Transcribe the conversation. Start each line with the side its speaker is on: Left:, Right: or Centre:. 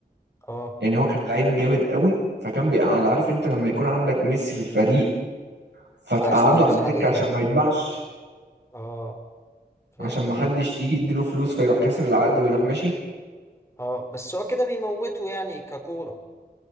Left: اه
Right: يعني هو كان لعيب جامد قوي فكان بيقعد عارف انت لما يكون عندك ميسي في الفريق فتقعده
Left: عايز تحافظ
Right: على الدكه
Left: عليه
Right: عشان ما يتباعش
Left: اه فهمتك
Right: عشان ما حدش يجي يديله فلوس فيروح كاسر العقد ويروح ماشي
Left: اه بس هو كده بيموته يعني ككورة